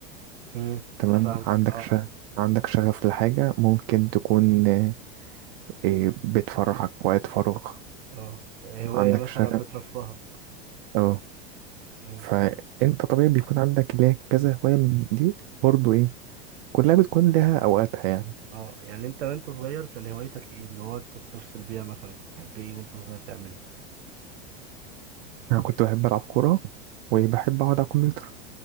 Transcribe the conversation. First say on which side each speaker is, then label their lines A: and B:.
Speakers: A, on the right; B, on the right.
A: امم
B: تمام
A: فاهمك
B: عندك
A: اه
B: شغف عندك شغف لحاجة ممكن تكون آه، آه، بتفرحك وقت فراغ
A: اه هواية
B: عندك
A: مثلا
B: شغف
A: بترفهك
B: اه
A: امم
B: فانت طبيعي بيكون عندك ليك كذا هواية من دي برضو ايه كلها بتكون لها اوقاتها يعني
A: اه يعني انت وانت صغير كان هوايتك ايه اللي هو انت بتفصل بيها مثلا كنت بتحب ايه وانت صغير تعمله
B: انا كنت بحب العب كورة وبحب اقعد على الكمبيوتر